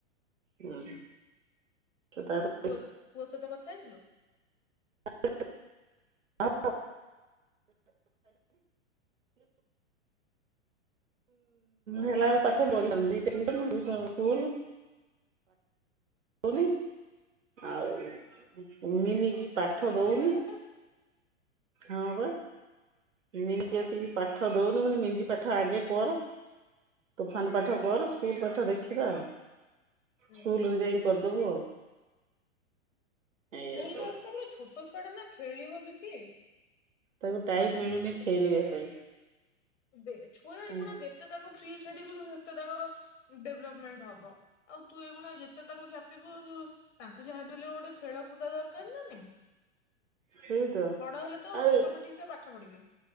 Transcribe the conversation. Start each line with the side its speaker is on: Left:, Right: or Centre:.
Right: ହୁଁ ସେତାର
Left: ପୁଅ ପୁଅ ସହିତ କଥା ହେଇଥିଲୁ?
Right: <unintelligible> <unintelligible> ହଁ ହେଲାଆଳକୁ ପାଠ ବହି ଆଣିନି ଦିଟା ଟିୟୁସନ୍ ଦିଟା ସ୍କୁଲ୍ ହଉନି ଆଉ ଉମିନିଗି ପାଠ
Left: ଛୋଟ
Right: ଦଉନି
Left: ଛୁଆ ଟା
Right: ହଁ ବା। ମନି କେତିକି ପାଠ ଦଉନି ମୁ କଇନି ମିଦି ପାଠ ଆଗେ କର। ତୋଫାନ ପାଠ କର ସ୍ପିରି ପାଠ ଦେଖିବା ଆଉ।
Left: ହୁଁ।
Right: ସ୍କୁଲରେ ଯାଇ କରିଦବୁ ଆଉ। ଏଇଆ
Left: ସ୍କୁଲରେ
Right: କର
Left: ତାପରେ ଛୋଟ ଛୁଆ ଟା ନା ଖେଳିବ ବେଶି?
Right: ତାକୁ ଟାଇମ୍ ମିଳୁନି ଖେଳିବା ପାଇଁ।
Left: ଦେ ଛୁଆ ଏଉଗୁଣା
Right: ହଁ।
Left: ଯେତେ ତାଙ୍କୁ ଫ୍ରି ଛାଡ଼ିବୁ ସେତେ ତାଙ୍କର ଡେଭଲପମେଣ୍ଟ ହବ ଆଉ ତୁ ଏଇଗୁଣା ଯେତେ ତାଙ୍କୁ ଚାପିବୁ ତାଙ୍କୁ ଯାହାବି ହେଲେ ଗୋଟେ ଖେଳକୁଦା ଦରକାର ନା ନାଇଁ।
Right: ସେଇ ତ
Left: ବଡ ହେଲେ ତ
Right: ଆଉ
Left: ଅଟୋମେଟିକ ସେ ପାଠ ପଢିବେ।